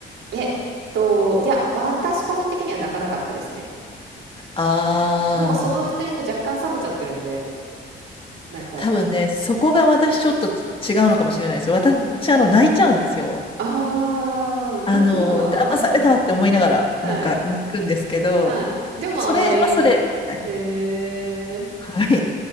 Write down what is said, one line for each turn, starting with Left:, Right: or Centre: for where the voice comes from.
Right: えっと、いや、私個人的には泣かなかったですね。
Left: ああー。
Right: もうその時点で若干冷めちゃってるんで、なんか、
Left: 多分ね、そこが私ちょっと違うのかもしれないですよ。私、
Right: はい。
Left: あの、泣いちゃうんですよ。
Right: ああー、
Left: あの、
Right: 泣くのは、
Left: 騙されたって思いながら、
Right: うんうん。はい、
Left: なんか泣くんですけど、
Right: はい。でもあんまりえー
Left: それはそれ、みたいな。<laughs> はい。